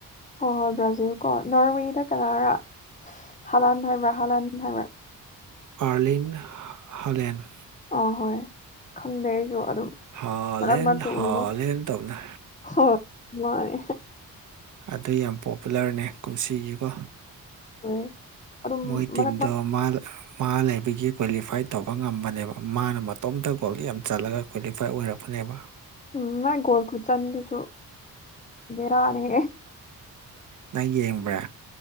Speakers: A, on the left (about 20°); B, on the right (about 55°).
A: ꯍꯣꯏ ꯍꯣꯏ ꯕ꯭ꯔꯥꯖꯤꯜ ꯀꯣ ꯅꯣꯔꯋꯦꯗ ꯀꯅꯥꯔꯥ ꯍꯥꯂꯥꯟ ꯍꯥꯏꯕ꯭ꯔꯥ ꯍꯥꯂꯥꯟ ꯍꯥꯏꯕ꯭ꯔꯥ
B: ꯑꯥꯔꯂꯤꯟ ꯍꯂꯦꯟ
A: ꯑꯥꯍꯣꯏ ꯈꯪꯗꯦ ꯑꯩꯁꯨ ꯑꯗꯨꯝ
B: ꯍꯥꯂꯦꯟ
A: ꯃꯔꯛ ꯃꯔꯛꯇ
B: ꯍꯥꯂꯦꯟ
A: ꯎꯕ
B: ꯇꯧꯅ
A: ꯍꯣꯏ ꯍꯣꯏ
B: ꯑꯗꯨ ꯌꯥꯝ ꯄꯣꯄꯨꯂꯔꯅꯦ ꯀꯨꯝꯁꯤꯒꯤꯀꯣ
A: ꯍꯣꯏ ꯑꯗꯨꯝ
B: ꯃꯣꯏ
A: ꯃꯔꯛ
B: ꯇꯤꯝꯗꯣ
A: ꯃꯔꯛ
B: ꯃꯥꯜ ꯃꯥ ꯂꯩꯕꯒꯤ ꯀ꯭ꯋꯥꯂꯤꯐꯥꯏ ꯇꯧꯕ ꯉꯝꯕꯅꯦꯕ ꯃꯥꯅ ꯃꯇꯣꯝꯇ ꯒꯣꯜꯗ ꯌꯥꯝ ꯆꯠꯂꯒ ꯀ꯭ꯋꯥꯂꯤꯐꯥꯏ ꯑꯣꯏꯔꯛꯄꯅꯦꯕ
A: ꯎꯝ ꯃꯥꯏ ꯒꯣꯜ ꯈꯨꯠꯆꯟꯗꯨꯁꯨ ꯔꯥꯅꯦ
B: ꯅꯪ ꯌꯦꯡꯕ꯭ꯔꯥ